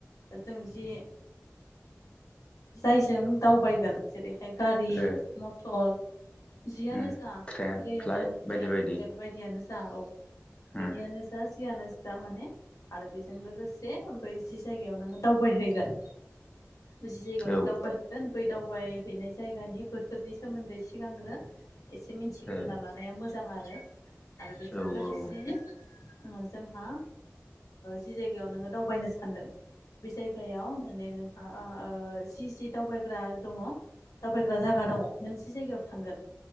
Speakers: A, on the left (about 85°); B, on the left (about 20°).
A: जों जि जायजों दावबायगोन जेरैहाय गारि
B: ओ
A: मटर जियानो
B: उम
A: जा
B: ट्रेन
A: र ट्रेन
B: फ्लाइट बायदि बायदि
A: रेल बायदियानो जा औ
B: उम
A: बिदियानो जा जियानो जा दा माने आरो बेजों लोगोसे बै जि जायगायाव नोङो दावबायहैगोन। जि जायगायाव नों
B: औ ओ
A: दावबायहैगोन बै दावबायहैनाय जायगानि बोथोरनि सोमोन्दै सिगांग्रो एसे मिथिग्रोना
B: औ
A: लानाया मोजांआरो आरो बेजों
B: औ उम
A: लोगोसे
B: उम ओ उम उम
A: उम जोंहा जि जायगायाव नोङो दावबायनो सानदों बे जायगायाव माने नोंहा ओ ओ जि जि दावबायग्रा दङ' दावबायग्रा जागा दङ नों जि जायगायाव थांगोन।